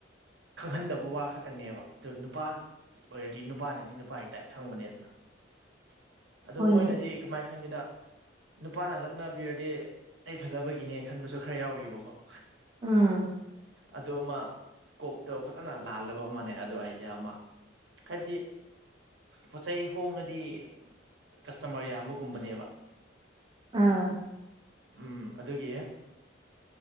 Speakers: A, on the right; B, on the right.
A: ꯈꯪꯍꯟꯗꯕ ꯋꯥ ꯈꯇꯪꯅꯦꯕ ꯑꯗꯨ ꯅꯨꯄꯥ ꯑꯣꯏꯔꯗꯤ ꯅꯨꯄꯥꯅꯗꯤ ꯅꯨꯄꯥꯏ ꯇꯥꯏꯞ ꯈꯪꯕꯅꯦꯗꯅꯥ ꯑꯗꯨ
B: ꯍꯣꯏꯅꯦ
A: ꯃꯣꯏꯅꯗꯤ ꯀꯃꯥꯏ ꯈꯟꯒꯦꯗꯥ ꯅꯨꯄꯥꯅ ꯂꯛꯅꯕꯤꯔꯗꯤ ꯑꯩ ꯐꯖꯕꯒꯤꯅꯦ ꯈꯟꯕꯁꯨ ꯈꯔ ꯌꯥꯎꯔꯤꯕꯀꯣ
B: ꯎꯝ
A: ꯑꯗꯨꯃꯥ ꯀꯣꯛꯇꯣ ꯐꯖꯅ ꯂꯥꯜꯂꯕ ꯑꯃꯅꯦ ꯑꯗꯣ ꯑꯥꯏꯗꯤꯌꯥ ꯑꯃ ꯍꯥꯏꯕꯗꯤ ꯄꯣꯠ ꯆꯩꯩ ꯍꯣꯡꯉꯗꯤ ꯀꯁꯇꯃꯔ ꯌꯥꯝꯕꯒꯨꯝꯕꯅꯦꯕ
B: ꯑꯥ
A: ꯎꯝ ꯑꯗꯨꯒꯤ